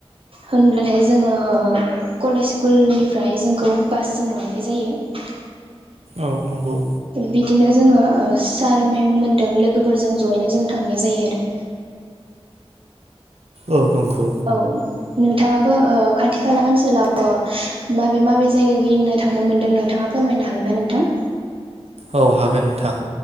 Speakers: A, on the right (about 60°); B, on the right (about 80°).
A: होनब्लाथाय जोङो कलेज स्कुलनिफ्राय जोंखौ बासजों लांनाय जायो
B: औ नंगौ
A: बिदिनो जोङो सार मेम मोनदों लोगोफोरजों जयैनो जों थांनाय जायो आरो
B: औ नंगौ
A: औ नोंथाङा बो ओ खाथि खाला ओनसोलाव माबे माबे जायगायाव गिदिंनो थांनो मोन्दों नोंथाङा फोरमायनो हागोन ना नोंथां
B: औ हागोन नोंथां